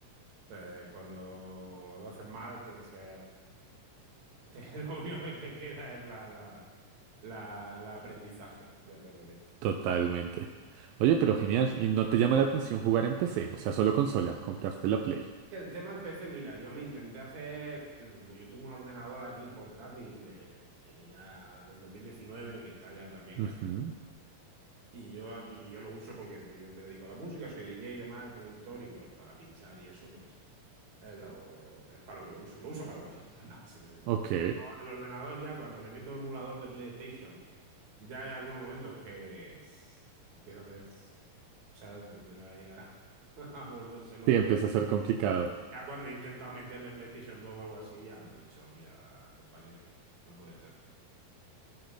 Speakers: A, on the right (about 55°); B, on the right (about 85°).
A: Eh, cuando lo haces mal, tienes que. te- <laughs> lo único que te queda es la, la, la, la aprendizaje de hacerlo bien.
B: Totalmente. Oye, pero genial. ¿Y no te llama la atención jugar en PC? O sea, solo consola, comprarte la Play.
A: El tema del PC, mira, yo me intenté hacer. el- pues yo tengo un ordenador aquí portátil de, que tiene ya del 2019 que está ya también
B: Ujú,
A: Y yo aquí, y yo lo uso porque pues, yo me dedico a la música, soy DJ y demás, y productor, y bueno, para pinchar y eso, pues es, lo- lo- es para lo que lo uso. Lo uso para todo, <laughs> básicamente.
B: Ok.
A: Entonces, no, el ordenador ya, cuando le meto emulador de PlayStation, ya hay algunos momentos que uff, empieza a hacer, uff, ¿sabes? Me da ahí a, <laughs> a volverse loco.
B: Sí, empieza a ser complicado.
A: Ya cuando he intentado meterle PlayStation dos o algo así, ya me ha dicho, mira, compañero, no puede ser.